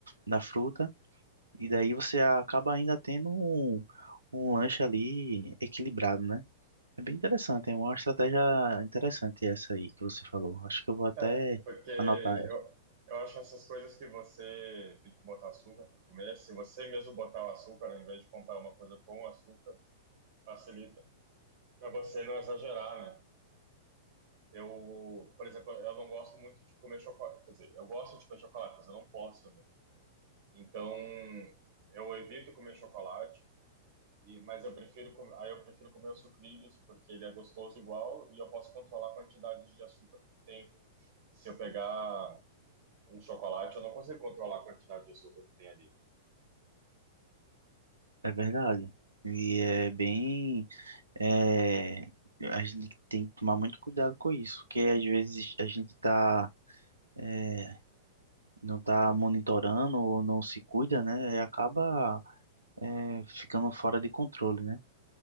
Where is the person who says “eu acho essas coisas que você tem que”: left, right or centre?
Right